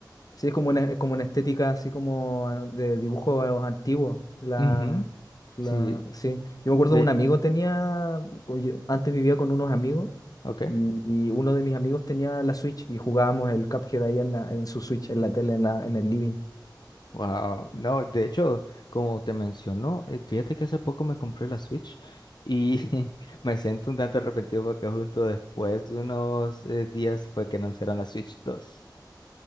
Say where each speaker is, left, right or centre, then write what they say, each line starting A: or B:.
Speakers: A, on the left (about 50°); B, on the left (about 65°).
A: Sí, es como una, es como una estética así como de dibujo antiguo. La,
B: Ujú,
A: la,
B: sí,
A: sí. Yo me acuerdo
B: de,
A: un amigo tenía, oye, antes vivía con unos amigos
B: ok.
A: y, y uno de mis amigos tenía la Switch y jugábamos el Cuphead ahí en, la, en su Switch, en la tele, en, la, en el living.
B: Wow, no, de hecho, como te mencionó, eh, fíjate que hace poco me compré la Switch y <laughs> me siento un tanto arrepentido porque justo después de unos eh, días fue que anunciaron la Switch 2. <laughs>